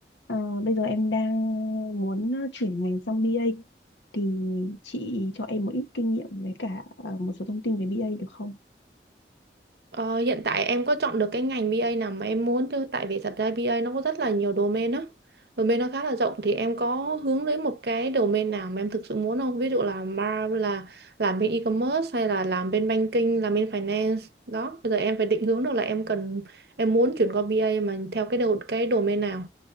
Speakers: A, on the left; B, on the right.
A: Ờ, bây giờ em đang muốn ờ, chuyển ngành sang bê A thì chị cho em một ít kinh nghiệm với cả ờ, một số thông tin về bê A được không?
B: Ờ, hiện tại em có chọn được cái ngành bê A nào mà em muốn chứ tại vì thật ra bê A nó có rất là nhiều domain á domain nó khá là rộng thì em có hướng đến một cái domain nào mà em thực sự muốn không ví dụ là mar là làm bên e-commerce hay là làm bên banking làm bên finance đó bây giờ em phải định hướng được là em cần em muốn chuyển qua bê A mà theo cái đầu cái domain nào